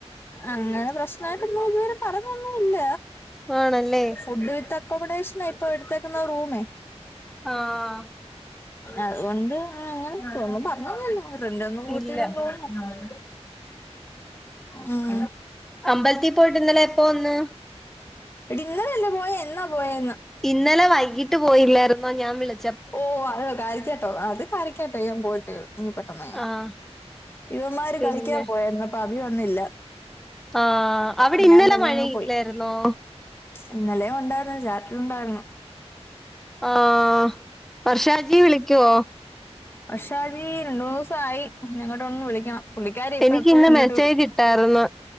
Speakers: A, on the left; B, in the centre.
A: അങ്ങനെ പ്രശ്നമായിട്ടൊന്നു ഇത് വരെ പറഞ്ഞൊന്നുല്ല
B: ആണല്ലേ
A: ഫുഡ് വിത്ത ക്കമഡേഷന ഇപ്പോ എട്ത്തേക്കുന്ന റൂമേ
B: ആഹ്
A: അതോണ്ട് ആ അങ്ങനെ ചെന്ന് പർഞ്ഞോന്നുല്ലവര് ഫ്രണ്ടന്നും കൂത്തിലും
B: ഇല്ല
A: കൂടണം ഉം
B: അമ്പൽത്തി പോയിട്ട് ന്നല്ലേ എപ്പോ വന്ന്?
A: എടിന്നലല്ലേ പോയ എന്നാ പോയെന്ന്.
B: ഇന്നലെ വൈകിട്ട് പോയില്ലായിര്ന്നോ ഞാൻ വിളി
A: ഓഹ് അത് കരക്ക്യാട്ടോ അത് കാര്യക്കട്ടയ്യാം പോയിട്ട് ഇന്ന് പെട്ടെന്ന്
B: ആഹ്
A: ഇവന്മാര്
B: പിന്നെ
A: കളിക്കാ പോയായ്ര്ന്ന് ട്ടവി വന്നില്ല.
B: ആഹ്
A: അപ്പൊ
B: അവിടെ ഇന്നലെ
A: ഞാൻ തന്നെ
B: മഴ
A: അങ്ങ്
B: യില്ലായിര്ന്നോ?
A: പോയി ഇന്നലെ ഉണ്ടായിര്ന്നു രാത്രിയുണ്ടായിര്ന്നു.
B: ആഹ് വർഷാജി വിളിക്കോ?
A: വർഷാജി രണ്ട് മുന്നൂസായി ഞങ്ങോട്ടൊന്നു വിളിക്കണം. പുള്ളിക്കരി ഇപ്പഴെപ്പഴും
B: എനിക്ക് ഇന്ന്
A: ഇങ്ങോട്ട്
B: മെസ്സേജ്
A: വിളിക്കും
B: ഇട്ടായിരുന്നു